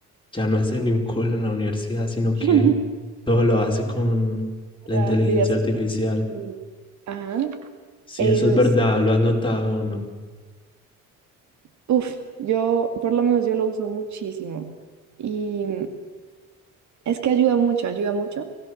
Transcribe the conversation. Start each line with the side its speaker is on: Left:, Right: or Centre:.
Left: ya no hacen ni un culo en la universidad, sino que
Right: <laughs>
Left: todo lo hace con la
Right: La
Left: inteligencia
Right: vida social.
Left: artificial.
Right: y- Ajá.
Left: Si
Right: Eso
Left: eso es verdad,
Right: es.
Left: ¿lo has notado o no?
Right: Uf, yo, por lo menos yo lo uso muchísimo. Y es que ayuda mucho, ayuda mucho,